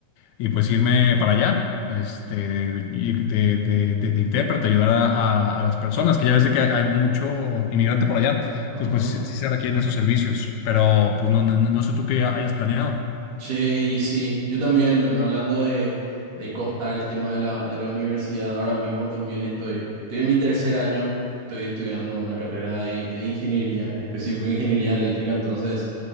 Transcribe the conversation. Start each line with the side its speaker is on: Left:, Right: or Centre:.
Left: y pues irme para allá, este, y de, de, de, de intérprete, ayudar a, a- a las personas, que ya ves de que hay mucho inmigrante por allá,
Right: Ajá.
Left: entonces pues sí, sí se requieren esos servicios, pero pues no, no, no sé tú qué hayas planeado.
Right: Che, y sí, yo también, hablando de, de costar el tema de la, de la universidad, ahora mismo también estoy, estoy en mi tercer año, estoy estudiando una carrera de, de ingeniería, en específico ingeniería eléctrica, entonces